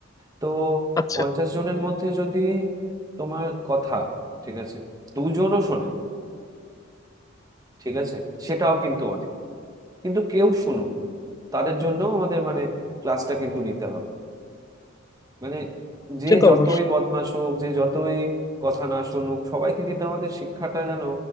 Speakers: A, on the right; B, on the left.
A: তো
B: আচ্ছা
A: পঞ্চাশ জনের মধ্যে যদি তোমার কথা ঠিক আছে দুজনও শোনে ঠিক আছে সেটাও কিন্তু অনেক কিন্তু কেউ শুনুক তাদের জন্য আমাদের মানে ক্লাসটা কিন্তু নিতে হবে মানে যে
B: সে তো
A: যতই
B: অবশ্যই
A: বদমাশ হোক যে যতই কথা না শুনুক সবাইকে কিন্তু আমাদের শিক্ষাটা যেন